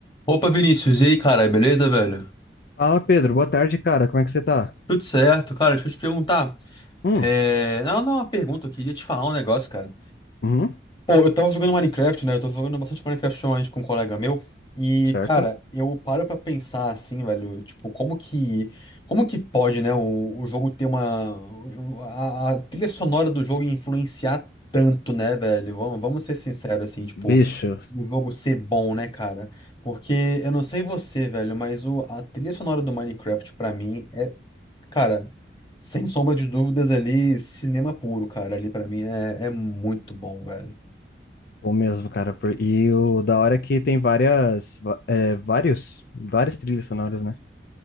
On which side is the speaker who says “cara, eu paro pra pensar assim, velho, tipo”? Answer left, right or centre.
Left